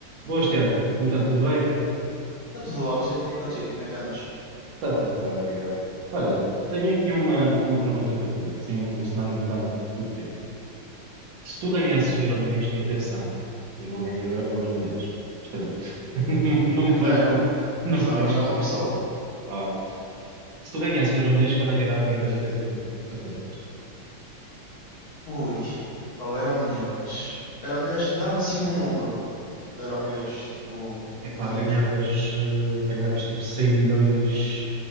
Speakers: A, on the right; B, on the left.
A: Boas, Tiago. Então, tudo bem?
B: Está tudo ótimo e contigo, como é que andas?
A: Está tudo bem, obrigado. Olha, tenho aqui uma, uma pergunta para ti, assim, um, um cenário um bocado hipotético. Se tu ganhasses o Euromilhões, e atenção, eu não ganhei o Euro- o Euromilhões, portanto, <laughs> não,
B: Quem
A: não me venham,
B: me dera, ajudava
A: não me venham
B: já
A: pedir
B: uma pessoa.
A: dinheiro. Ora, se tu ganhasses o Euromilhões, qual é que era a primeira coisa que tu, tu fazias?
B: Ui, pá, o Euromilhões. Euromilhões, dá-me assim um número de Euromilhões, tipo,
A: Epá,
B: dinheiro.
A: ganhavas, eh, ganhavas tipo 100 milhões,